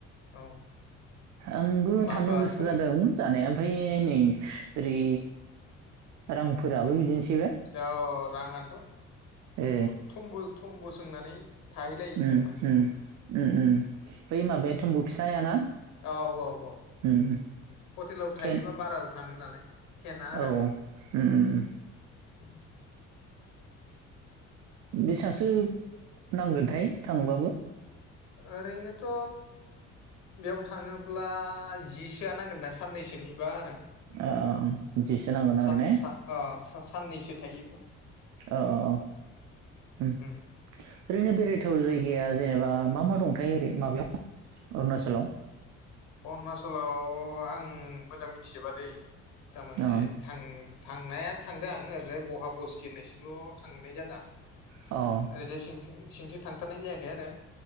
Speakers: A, on the left; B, on the right.
A: औ
B: आंबो
A: माबा
B: थांनो गोसो
A: थुम
B: जादों जानाया ओमफ्राय नै ओरै रांफोराबो बिदिनो
A: औ राङानोथ'
B: ए
A: थुमबो थुमबो सोंनानै थाहैलायो
B: ओम
A: दा मानसिफ्रा
B: ओम ओम ओम बै माबाया थम्बु फिसायाना
A: औ औ औ ओम
B: उम
A: हटेलाव थायोबा
B: टेन
A: बारा थाङ गोन नालाय टेना आरो
B: औ ओम ओम
A: उम <inaudible>
B: बेसांसो नांगोनथाय थांबाबो
A: ओरैनोथ' बेयाव थाङोब्ला जिसोआ नांगोन ना साननैसोनि बा आरो
B: ओ बिदिसो नांगोन
A: सान
B: आरो ने
A: सा ओ सा-सा साननैसो थायोब्ला
B: औ औ ओम ओरैनो
A: उम
B: बेरायथाव जायगाया जेनेबा मा मा दंथाय ओरै माबायाव अरुणाचलाव
A: अरुणाचलाव आं मोजां मिथिजोबा दै थारमाने
B: अ
A: थां थांनाया थांदों आं ओरै बहा बस्थि होननायसिमल' थांनाय जादों आं
B: अ ओ
A: ओरैजाय सिंथिं सिंथिं थांथारनाय जायाखै आरो